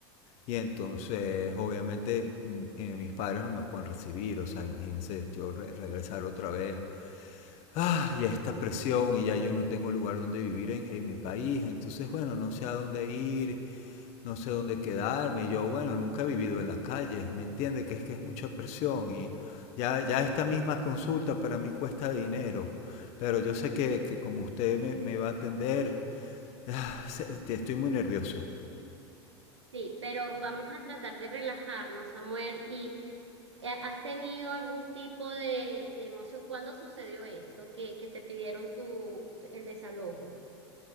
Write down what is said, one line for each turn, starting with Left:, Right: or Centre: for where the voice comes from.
Left: Y entonces, obviamente, mm, eh, mis padres no me pueden recibir, o sea, imagínense yo re- regresar otra vez, ah, y esta presión, y ya yo no tengo lugar donde vivir en, en mi país, entonces, bueno, no sé a dónde ir, no sé dónde quedarme, yo, bueno, nunca he vivido en la calle, ¿me entiende? Que es que es mucha presión y ya, ya esta misma consulta para mí cuesta dinero, pero yo sé que, que como usted me, me va a atender, <sighs> se- te- estoy muy nervioso.
Right: Sí, pero vamos a tratar de relajarnos, Samuel, y eh, ¿has tenido algún tipo de, de emoción? ¿Cuándo sucedió esto? Que, que te pidieron tu, el desalojo.